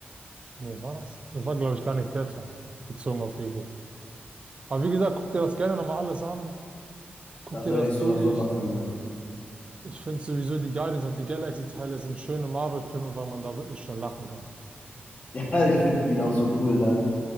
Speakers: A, on the right; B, on the left.
A: nee, war das? Das war, glaube ich, gar nicht der Teil, bezogen auf Ego. Aber wie gesagt, guck dir das gerne nochmal alles an. Guck
B: Das
A: dir
B: werde
A: das
B: ich so
A: durch.
B: oder so machen, mein Lieber. <laughs>
A: Ich finde sowieso die Guardians of the Galaxy-Teile sind schöne Marvel-Filme, weil man da wirklich schon lachen kann.
B: Ja, ich finde ihn auch so cool, ne?